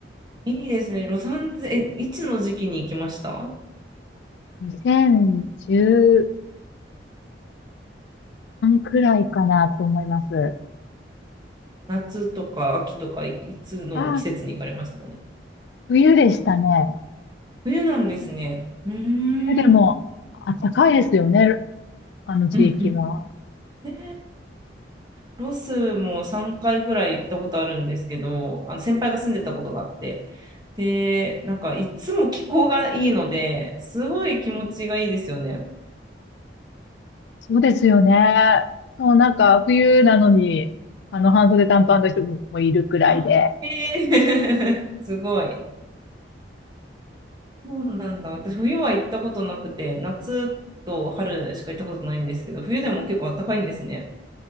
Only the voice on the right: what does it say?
いいですね。ロサンゼル、えいつの時期に行きました
夏とか秋とかいつの季節に行かれましたかね
冬なんですね。うーん。
うんうん。で、ロスも3回ぐらい行ったことあるんですけど、あの先輩が住んでたことがあって、で、なんかいつも気候がいいので、すごい気持ちがいいですよね。
あ、えー <laughs> すごい。そうなんだ。私、冬は行ったことなくて、夏と春しか行ったことないんですけど、冬でも結構暖かいんですね。